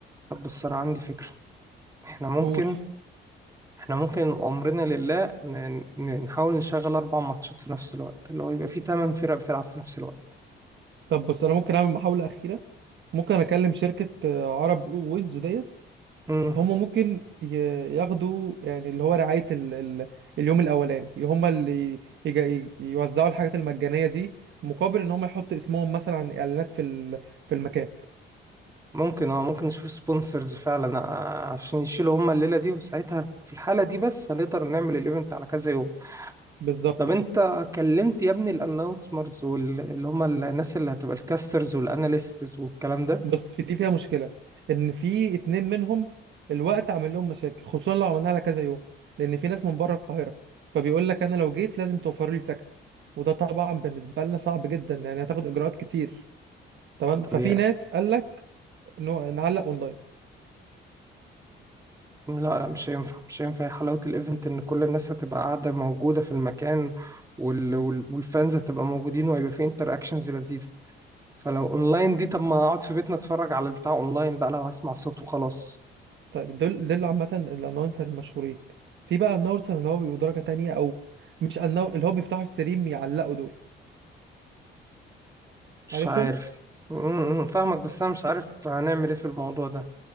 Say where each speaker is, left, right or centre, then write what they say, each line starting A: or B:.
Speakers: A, on the right (about 15°); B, on the right (about 65°).
A: طب بس انا عندي فكرة احنا ممكن
B: قول
A: احنا ممكن وامرنا لله ن- ن- نحاول نشغل اربع ماتشات في نفس الوقت اللي هو يبقى في تمن فرق بتلعب في نفس الوقت
B: طب بص انا ممكن اعمل محاولة اخيرة ممكن اكلم شركة آه، عرب ويدز ديت
A: مم.
B: هم ممكن ي- ياخدوا يعني اللي هو رعاية ال ال اليوم الأولاني هم اللي يج- ي- يوزعوا الحاجات المجانية دي مقابل إن هم يحطوا اسمهم مثلا على إعلانات في ال في المكان
A: ممكن اه ممكن نشوف سبونسرز فعلا آه، عشان يشيلوا هما الليلة دي وساعتها في الحالة دي بس هنقدر نعمل الايفنت على كذا يوم
B: بالظبط
A: طب انت كلمت يا ابني الاناونسرز واللي هم الناس اللي هتبقى الكاسترز والاناليستس والكلام ده
B: بس في دي فيها مشكلة إن في اتنين منهم الوقت عامل لهم مشاكل خصوصا لو عملناها على كذا يوم لأن في ناس من بره القاهرة فبيقول لك أنا لو جيت لازم توفروا لي سكن وده طبعا بالنسبة لنا صعب جدا يعني هتاخد إجراءات كتير تمام
A: طب
B: ففي
A: يا
B: ناس قال لك نعلق أونلاين
A: لا لا مش هينفع مش هينفع حلاوة الايفنت ان كل الناس هتبقى قاعدة موجودة في المكان وال... وال... والفانز هتبقى موجودين وهيبقى في انتر اكشنز لذيذة فلو اونلاين دي طب ما اقعد في بيتنا اتفرج على البتاع اونلاين بقى لو هسمع صوت وخلاص
B: طيب دول دول عامة الانونسر المشهورين في بقى الانونسر اللي هو بيبقوا درجة تانية او مش النو... اللي هو بيفتحوا ستريم يعلقوا دول
A: مش
B: عارفهم
A: عارف م- م- فاهمك بس انا مش عارف هنعمل ايه في الموضوع ده